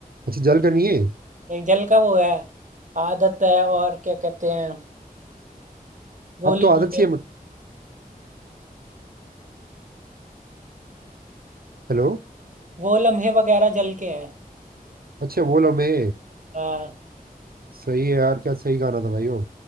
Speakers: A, on the right; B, on the right.
A: अच्छा जल का नहीं है
B: नहीं जल का वो है आदत है और क्या कहते हैं वो
A: अब
B: लम्हे
A: तो आदत सी है मुझे हेलो
B: वो लम्हे वगैरह जल के हैं
A: अच्छा वो लम्हे
B: हाँ
A: सही है यार क्या सही गाना था भाई वो